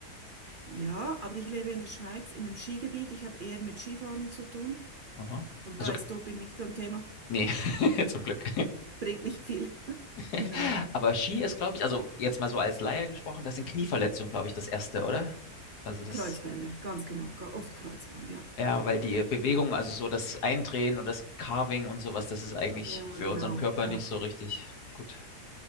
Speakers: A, on the right; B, on the left.
A: Ja, aber ich lebe in der Schweiz, in einem Skigebiet. Ich habe eher mit Skifahren zu tun.
B: Aha.
A: Und
B: Also
A: da ist Doping nicht so ein Thema.
B: Nee, <laughs> zum Glück.
A: Bringt nicht viel. <laughs>
B: <laughs>
A: Genau.
B: Aber Ski ist, glaube ich, also jetzt mal so als Laie gesprochen, das sind Knieverletzungen, glaube ich, das erste, oder? Also das
A: Kreuzbänder, ganz genau. Ga- Oft Kreuzband, ja.
B: Ja,
A: Ja,
B: weil die Bewegung, also so das Eindrehen und das Carving und sowas, das ist eigentlich
A: ja
B: für
A: genau.
B: unseren Körper
A: Ja,
B: nicht so richtig gut.